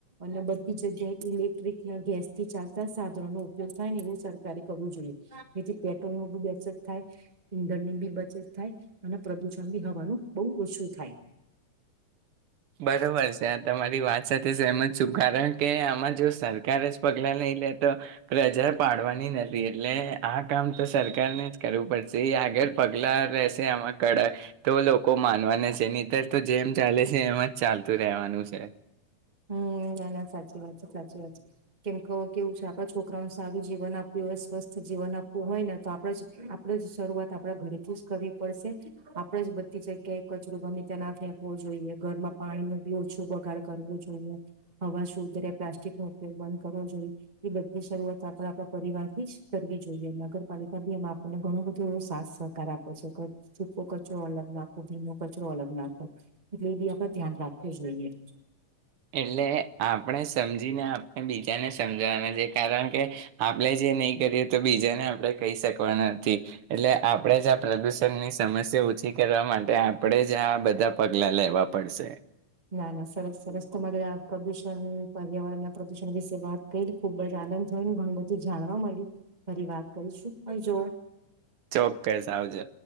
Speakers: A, on the right; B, on the right.
A: અને બધી જગ્યાએ ઇલેક્ટ્રિક ત્યા ગેસથી ચાલતા સાધનો નો ઉપયોગ થાય ને એવું સરકારે કરવું જોઈએ જેથી પેટ્રોલનો બી બચત થાય ઈંધણની બી બચત થાય અને પ્રદુષણ બી હવાનું બહુ ઓછું થાય.
B: બરોબર છે હ તમારી વાત સાથે સેહમત છું કારણ કે આમાં જો સરકાર જ પગલાં લઈ લે તો પ્રજા પાડવાની નથી એટલે આ કામ તો સરકારને જ કરવું પડશે એ આગળ પગલાં લેશે આમાં કડક તો લોકો માનવાના છે નહીંતર તો જેમ ચાલે છે એમ જ ચાલતું રેવાનું છે.
A: હમ ના ના સાચી વાત છે સાચી વાત છે કેમ કે કેવું છે આપડા છોકરાઓને સારું જીવન આપવું હોય સ્વસ્થ જીવન આપવું હોય ને તો આપડે જ આપણે જ શરૂઆત આપડા ઘરેથી જ કરવી પડશે આપડે જ બધી જગ્યાએ કચરો ગમે ત્યાં ના ફેંકવો જોઈએ ઘરમાં પાણીનું બી ઓછું બગાડ કરવું જોઈએ. હવા સુધરે પ્લાસ્ટિકનો ઉપયોગ બંધ કરવો જોઈએ એ બધી શરૂઆત આપે આપ પરિવારથી જ કરવી જોઈએ નગરપાલિકા બી એમાં આપણને ઘણું બધું એ સાથ સહકાર આપે છે કે સુખો કચરો અલગ નાખો ભીનો કચરો અલગ નાખો એટલે એ બી આપડે ધ્યાન રાખવું જોઈએ.
B: એટલે આપણે સમજીને આપણે બીજાને સમજાવાના છે કારણ કે આપણે જે નહીં કરીએ તો બીજા આપણે કહી શકવાના નથી. એટલે આપણે જ આ પ્રદુષણની સમસ્યા ઓછી કરવા માટે આપણેે જ આ બધા પગલા લેવા પડશે.
A: ના ના સરસ સરસ તો મ આ પ્રદુષણ પર્યાવરણ ના પ્રદુષણ વિશે વાત કરી ખુબ જ આનંદ થયો ને ઘણું બધું જાણવા મળ્યું ફરી વાત કરીશું આવ જો
B: ચોક્કસ આવજો.